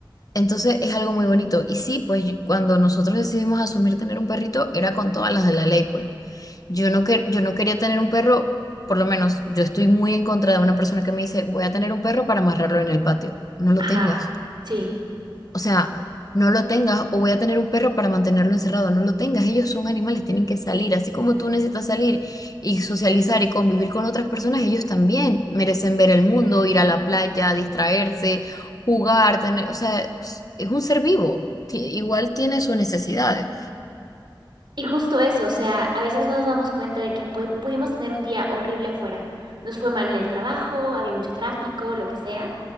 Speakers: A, on the left; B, on the right.
A: Entonces es algo muy bonito. Y sí, pues cuando nosotros decidimos asumir tener un perrito, era con todas las de la ley, pues. Yo no, que- yo no quería tener un perro, por lo menos yo estoy muy en contra de una persona que me dice, voy a tener un perro para amarrarlo en el patio. No lo
B: ajá,
A: tengas.
B: sí.
A: O sea, no lo tengas o voy a tener un perro para mantenerlo encerrado. No lo tengas. Ellos son animales, tienen que salir. Así como tú necesitas salir y socializar y convivir con otras personas, ellos también merecen ver el mundo, ir a la playa, distraerse, jugar, tener, o sea, es es un ser vivo. Ti- Igual tiene sus necesidades.
B: Y justo eso, o sea, a veces nos damos cuenta de que pu- pudimos tener un día horrible afuera. Nos fue mal en el trabajo, había mucho tráfico, lo que sea.